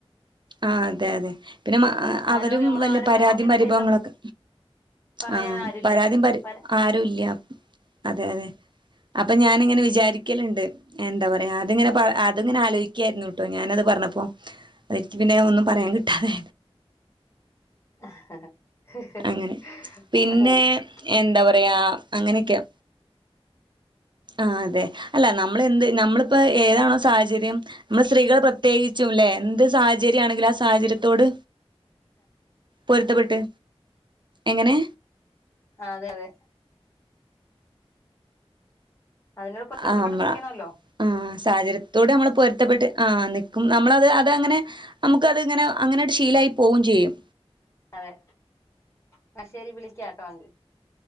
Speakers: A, on the right; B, on the left.
A: ആഹ് അതെ അതെ പിന്നെ അവരും
B: ആരോഗ്യം നമ്മളെ
A: വല്ല
B: ആരോഗ്യം
A: പരാതീം
B: നോക്കിട്ട്
A: പരിഭവങ്ങളൊക്കെ
B: ചെയ്താൽ മതി പറയാൻ
A: ആഹ്
B: ആരുല്ല
A: പരാതിയും പ
B: പര
A: ആരും ഇല്ല അതെ അതെ അപ്പൊ ഞാനിങ്ങനെ വിചാരിക്കലുണ്ട് എന്താ പറയാ അതിങ്ങനെ അതങ്ങനെ ആലോയ്ക്കായിരുന്നു ട്ടോ ഞാനത് പറഞ്ഞപ്പോ അതെനിക്ക് പിന്നെ ഒന്നും പറയാൻ കിട്ടാതെ
B: <unintelligible>
A: അങ്ങനെ പിന്നെ എന്താ പറയാ അങ്ങനെക്കയാ ആഹ് അതെ അല്ല നമ്മളെന്ത് നമ്മൾ ഇപ്പൊ ഏതാണോ സാഹചര്യം നമ്മൾ സ്ത്രീകൾ പ്രത്യേകിച്ചും ല്ലേ എന്ത് സാഹച ചര്യാണെങ്കിലും ആ സാഹചര്യത്തോട് പൊരുത്തപ്പെട്ട് എങ്ങനെ
B: ആഹ് അതെ അതെ അതിനോട് പൊരുത്തപ്പെട്ട്
A: ആഹ്
B: നിക്കണല്ലോ
A: ആഹ് സാഹചര്യത്തോടെ നമ്മൾ പൊരുത്തപ്പെട്ട് ആഹ് നിക്കും നമ്മളത് അത് അങ്ങനെ നമുക്ക അത്ങ്ങനെ അങ്ങനെട്ട് ഷീലായി പോകയും ചെയ്യും.
B: അതെ ന്ന ശരി വിളിക്കാട്ടോങ്കി.